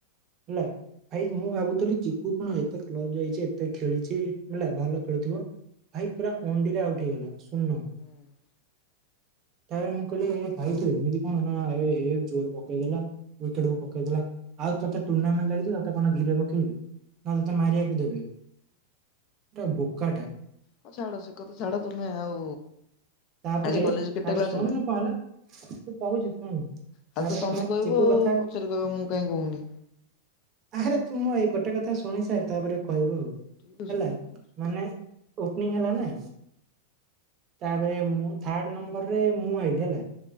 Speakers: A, on the right; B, on the left.
A: ହେଲା? ଭାଇ ମୁଁ ଭାବୁଥିଲି ଚିକୁ କଣ ଏତେ କ୍ଲବ ଯାଇଛି, ଏତେ ଖେଳିଛି ହେଲା ଭଲ ଖେଳିୁଥିବ। ଭାଇ ପୁରା ଅଣ୍ଡିରେ ଆଉଟ୍ ହେଇଗଲା, ଶୁନ।
B: ହୁଁ।
A: ତାରେ ମୁଁ କହିଲି ଭାଇ ତୁ ଏମିତି କଣ ଏହେ ଜୋର ପକେଇଦେଲା ୱିକେଟକୁ ପକେଇଦେଲା, ଆଉ ତୋତେ ଟୁର୍ଣ୍ଣାମେଣ୍ଟ ଲାଗିଛି ତତେ କଣ ଧୀରେ ବଲ୍ ପକେଇବେ, ନା ତତେ ମାରିବାକୁ ଦେବେ? ଏଟା ବୋକାଟା
B: ହଉ ଛାଡ ସେ କଥା ଛାଡ ତମେ ଆଉ
A: ତାପରେ
B: ଆଜି କଲେଜ କେତେ
A: ତାପରେ
B: କ୍ଲାସ
A: ଶୁଣୁନୁ କଣ ହେଲା, ମୁଁ କହୁଛି ଶୁଣୁ।
B: ଖାଲି
A: ତାପରେ
B: ତ ତମେ
A: ମ
B: କହିବ
A: ଚିକୁ
B: ଆଉ
A: କଥା,
B: ପଛରେ କହିବ ମୁଁ କାହିଁ କହୁନି।
A: ଆରେ ତୁମ ଏଇ ଗୋଟେ ଗୋଟେ କଥା ଶୁଣି ସାର ତାପରେ
B: ହଉ
A: କହିବୁ
B: ହଉ
A: ଆଉ
B: ଠିକ ଅଛି
A: ହେଲା,
B: ମୋର କଣ ଅଛି
A: ମାନେ ଓପନିଂ ହେଲା ନା ତାପରେ ମୁଁ ଥାର୍ଡ ନମ୍ବରରେ ମୁଁ ଆଇଲିି ହେଲା।